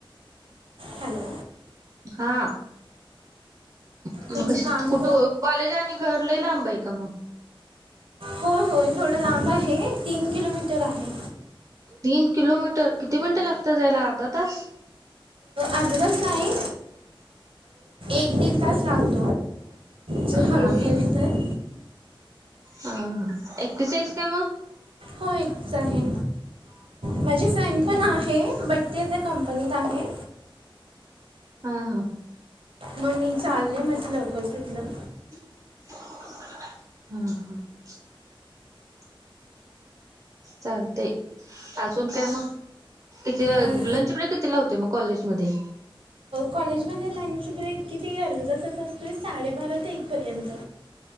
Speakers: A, on the right; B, on the right.
A: हॅलो
B: हा मग
A: तुमचं
B: कशी
A: काम
B: कुठ कॉलेज आणि घरलेलं आंबा आहे का मग
A: हो होय थोडं लांब आहे तीन किलोमीटर आहे.
B: तीन किलोमीटर किती मिनिटं लागतात जायला अर्धा तास
A: अध तास नाही एक दीड तास लागतो. जर
B: हा
A: हळू गेलं
B: ह
A: तर
B: ह ह एेतसेस काम
A: हो एकच आहे माझे फ्रेंड पण आहे बट ते आ कंपनीत आहे.
B: हा हा
A: मग मी चालय माझं लवकर सुटलं.
B: हा हा चालतंय अजून काय मग किती
A: अं,
B: लंच ब्रेक कितीला होतोय मग कॉलेजमध्ये
A: कॉलेजमध्ये लंच ब्रेक किती आर्धा तासाचा असतो आहे साडेबारा ते एकपर्यंत